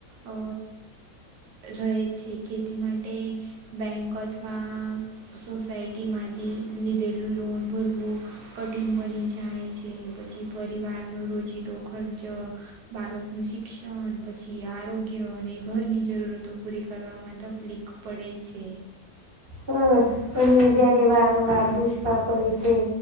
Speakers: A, on the right (about 85°); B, on the right (about 20°).
A: અ રહે જ છે ખેતી માટે બેંક અથવા સોસાયટીમાંથી લીધેલું લોન ભરવું. કઠિન બની જાય છે પછી પરિવારનો રોજિદો ખર્ચ બાળક નું શિક્ષણ પછી આરોગ્ય અને ઘરની જરૂરતો પૂરી કરવામાં તકલીફ પડે છે.
B: હમ્મ અને જયારે વારંવાર દુષ્કાળ પડે છે.